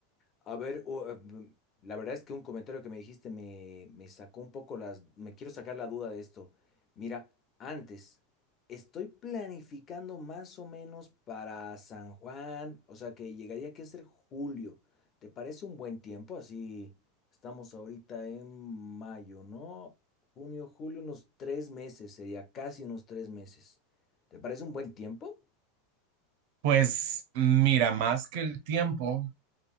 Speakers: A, on the left (about 25°); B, on the right (about 60°).
A: A ver, o, eh, mm, la verdad es que un comentario que me dijiste me, me sacó un poco las... Me quiero sacar la duda de esto. Mira, antes, estoy planificando más o menos para San Juan, o sea que llegaría que ser julio. ¿Te parece un buen tiempo? Así estamos ahorita en mayo, ¿no? Junio, julio, unos tres meses, sería casi unos tres meses. ¿Te parece un buen tiempo?
B: Pues mira, más que el tiempo